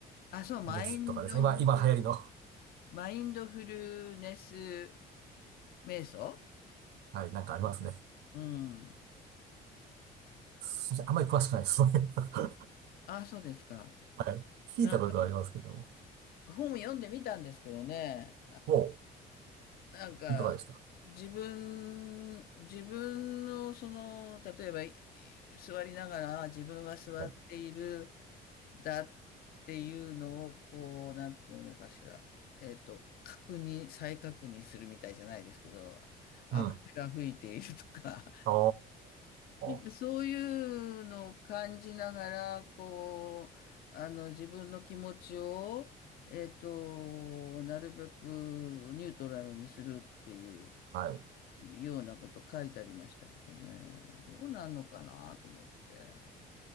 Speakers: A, on the left; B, on the right.
A: あ、そう、マインドフル、
B: ルネスとかですか今、今流行りの、
A: マインドフルネス瞑想
B: はい、なんかありますね。
A: うん。
B: そしてあんまり詳しくないです。<laughs> そういうのは
A: あ、そうですか。
B: はい。
A: なんか、
B: 聞いたことはありますけども。
A: 本読んでみたんですけどね、
B: おう、
A: なんか、
B: いかがでした
A: 自分、自分の、その、例えば、い座りながら、自分は座っている、
B: はい。
A: だっていうのを、こう、なんていうのかしら、えっと、確認、再確認するみたいじゃないですけど、あ、
B: うん。
A: 風が吹いているとか、
B: お
A: なんかそういうのを感じながら、
B: ー、
A: こう、あの、自分の気持ちを、えっと、なるべくニュートラルにするっていう
B: はい。
A: ようなこと書いてありましたけどね、どうなんのかなと思って。